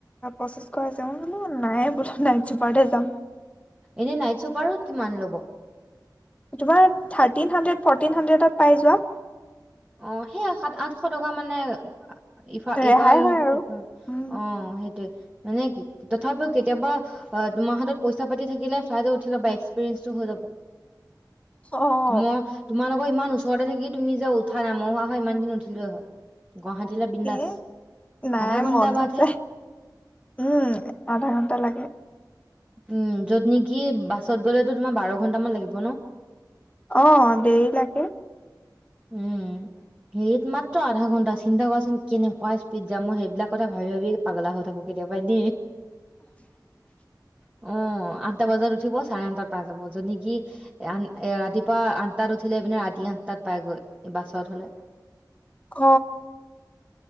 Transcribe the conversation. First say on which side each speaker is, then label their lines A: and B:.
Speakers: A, on the left (about 15°); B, on the right (about 15°).
A: পঁচিছশছে মই বোলো নাই বোলো নাইট জোপাৰতে যাম।
B: এনে নাইট চুপাৰত কিমান ল'ব,
A: তোমাৰ থাৰ্টিন হাড্ৰেড ফৰ্টিন হাণ্ড্ৰেডত পাই যোৱা।
B: অ সেইয়া সাত আঠশ টকা মানে, ইফাল
A: ৰেহাই
B: ইফালফাল
A: হয় আৰু। উম,
B: অ সেইটোৱে। মানে কি তথাপিও কেতিয়াবা তোমাৰ হাতত পইচা পাতি থাকিলে ফ্লাইট উঠি লবা এক্সপিৰিয়েন্ঞ্চটো হৈ লব
A: অ'
B: মই তোমালোকৰ ইমান ওচৰতে থাকি তুমি যে উঠথা নামহোৱা হয় ইমান দিন উঠিলোে হয়। গুৱাহাটীলৈ বিন্দাছ
A: এ নাই
B: আধা ঘন্টা
A: মন
B: বাদহে
A: নাযায়, উম আধা ঘণ্টা লাগে।
B: উম য'ত নেকি বাছত গ'লেতো তোমাৰ বাৰ ঘন্টামান লাগিব ন।
A: অ দেৰি লাগে।
B: উম, উ হেৰিত মাত্ৰ আধা ঘন্টা চিন্তা কৰাচোন কেনেকুৱা স্পীড যাম মই সেইবিলাক কথা ভাবি ভাবি পাগল, হৈ থাকো কেতিয়াবা দ অ, আঠটা বজাত উঠিব চাৰে আঠটাত পাই যাব যদি কি আ এ ৰাতিপুৱা আঠটাত উঠিলে পিনে ৰাতি আঠটাত। পাইগৈ বাছত হ'লে।
A: ক